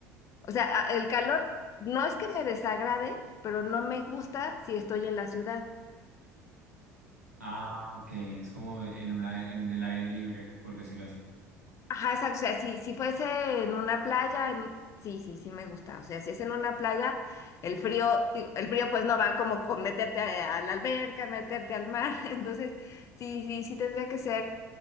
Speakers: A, on the left; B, on the right.
A: O sea, a- el calor no es que me desagrade, pero no me gusta si estoy en la ciudad.
B: Ah, ok, es como en un, ai- en el aire libre, por decirlo así.
A: Ajá, exacto. O sea, si, si fuese en una playa, en- sí, sí, sí me gusta. O sea, si es en una playa, el frío, digo, el frío pues no va como con meterte a, a la alberca, meterte al mar. <laughs> Entonces, sí, sí, sí tendría que ser,